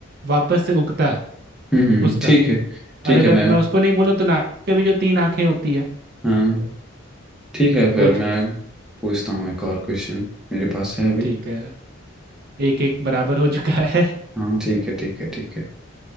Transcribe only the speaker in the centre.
हम्म हम्म,
ठीक है ठीक
है मैं
हाँ ठीक है फिर
मैं
पूछता हूँ एक और क्वेश्चन मेरे पास है अभी
हाँ ठीक है ठीक है ठीक है